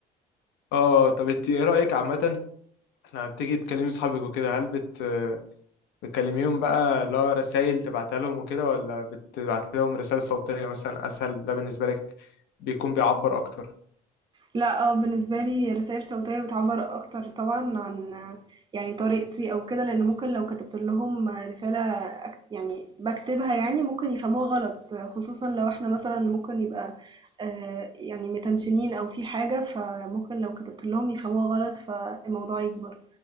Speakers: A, on the left (about 80°); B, on the right (about 30°).
A: اه طب انت ايه رايك عامه لما بتيجي تكلمي صحابك وكده هل بت بتكلميهم بقى اللي هو رسايل تبعتها لهم وكده ولا بتبعت لهم رسائل صوتيه مثلا اسهل ده بالنسبه لك بيكون بيعبر اكتر
B: لأ، آه، بالنسبة لي الرسايل الصوتية بتعبّر أكتر طبعًا عن يعني طريقتي أو كده، لإن ممكن لو كتبت لهم رسالة أك يعني باكتبها يعني ممكن يفهموها غلط، خصوصًا لو إحنا مثلًا ممكن يبقى آآ، يعني متنشنين أو في حاجة، فممكن لو كتبت لهم يفهموها غلط فالموضوع يكبر،